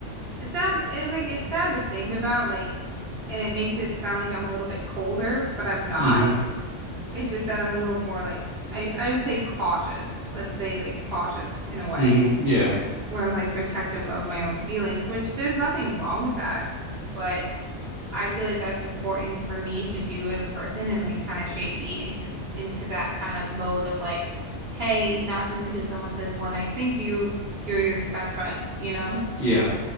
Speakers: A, on the right; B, on the left.
A: it's sad. It, like it's sad to think about. Like, and it makes it sound like I'm a little bit colder, but I'm not.
B: Mm-hmm.
A: It's just that I'm a little more like I I would say cautious. Let's say like cautious in a way
B: Mm-hmm. Yeah.
A: where I'm like protective of my own feelings, which there's nothing wrong with that. But I feel like that's important for me to do as a person and like kind of shape me into into that kind of mode of like, hey, not just because someone says one nice thing to you, you're your best friends, you know?
B: Yeah.